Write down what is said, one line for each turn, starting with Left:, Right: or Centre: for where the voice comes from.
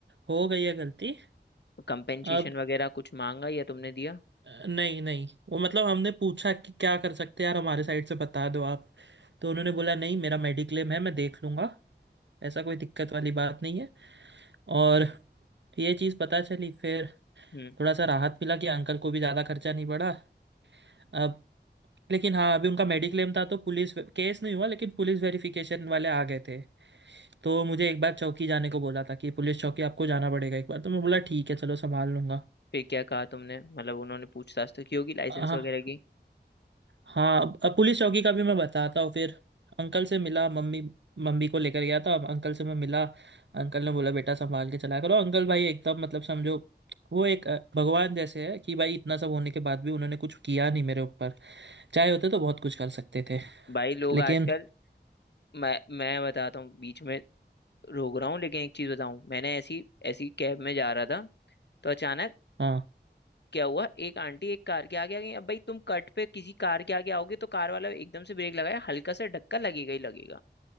Right: हो गई है गलती
Left: कंपेंसेशन
Right: अब
Left: वगैरह कुछ मांगा या तुमने दिया
Right: अ, नहीं नहीं वो मतलब हमने पूछा कि क्या कर सकते हैं यार हमारे साइड से बता दो आप तो उन्होंने बोला नहीं मेरा मेडिक्लेम है मैं देख लूंगा ऐसा कोई दिक्कत वाली बात नहीं है और तो ये चीज़ पता चली फिर
Left: हम्म
Right: थोड़ा सा राहत मिला कि अंकल को भी ज़्यादा खर्चा नहीं पड़ा अब लेकिन हाँ अभी उनका मेडिक्लेम था तो पुलिस केस नहीं हुआ लेकिन पुलिस वेरिफिकेशन वाले आ गए थे तो मुझे एक बार चौकी जाने को बोला था कि पुलिस चौकी आपको जाना पड़ेगा एक बार तो मैं बोला ठीक है चलो संभाल लूंगा
Left: फिर क्या कहा तुमने मतलब उन्होंने पूछताछ तो की होगी लाइसेंस
Right: हाँ
Left: वगैरह की
Right: हाँ अब अब पुलिस चौकी का भी मैं बताता हूँ फिर अंकल से मिला मम्मी मम्मी को लेकर गया था अब अंकल से मैं मिला अंकल ने बोला बेटा संभाल के चलाया करो अंकल भाई एकदम मतलब समझो वो एक अ, भगवान जैसे है कि भाई इतना सब होने के बाद भी उन्होंने कुछ किया नहीं मेरे ऊपर चाहे होते तो बहुत कुछ कर सकते थे
Left: भाई लोग
Right: लेकिन
Left: आजकल मैं मैं बताता हूँ बीच में रोक रहा हूँ लेकिन एक चीज बताऊं मैंने ऐसी ऐसी कैब में जा रहा था तो अचानक
Right: हाँ
Left: क्या हुआ एक आंटी एक कार के आगे आ गई अब भाई तुम कट पे किसी कार के आगे आओगे तो कार वाला एकदम से ब्रेक लगाया हल्का सा धक्का लगेगा ही लगेगा